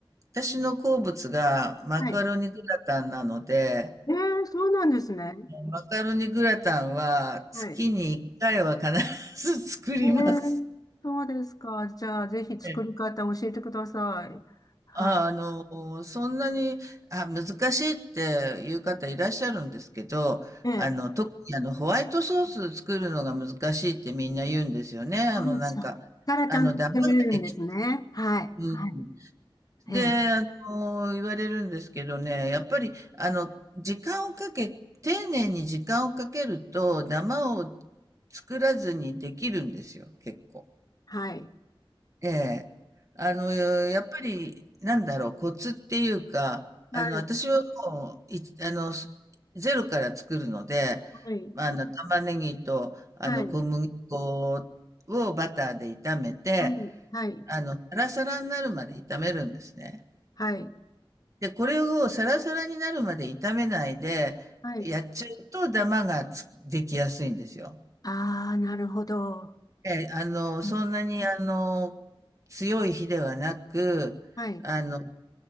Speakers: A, on the right (about 35°); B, on the left (about 40°).
A: 私の好物がマカロニグラタンなので、
B: はい。ええ、そうなんですね。
A: マカロニグラタンは月に1回は必ず作ります。
B: はい。ええ、そうですか。じゃあ、ぜひ作り方教えてください。
A: ええ
B: は
A: ああの、そんなに、あ、難しいっていう方いらっしゃるんですけど、
B: い。ええ。
A: あの、特にあの、ホワイトソース作るのが難しいってみんな言うんですよね。あの、
B: あ、
A: なんか、
B: そっからちゃんと作れるんですね。
A: あの、ダマができ、
B: はい。
A: うん。
B: はい。
A: で、
B: ええ。
A: あの、言われるんですけどね、やっぱり、あの、時間をかけ、丁寧に時間をかけると、ダマを作らずにできるんですよ、結構。
B: はい。
A: ええ。あの、やっぱり、なんだろう、コツっていうか、
B: はい。
A: あの、私はもう、い、あの、すゼロから作るので、
B: はい。
A: あの、玉ねぎと、あの、
B: はい。
A: 小麦粉をバターで炒めて、
B: はい。はい。
A: あの、サラサラになるまで炒めるんですね。
B: はい。
A: で、これをサラサラになるまで炒めないで、
B: はい。
A: やっちゃうと、ダマがつできやすいんですよ。
B: ああ、なるほど。
A: ええ、あの、
B: うん。
A: そんなに、あの、強い火ではなく、
B: はい。
A: あの、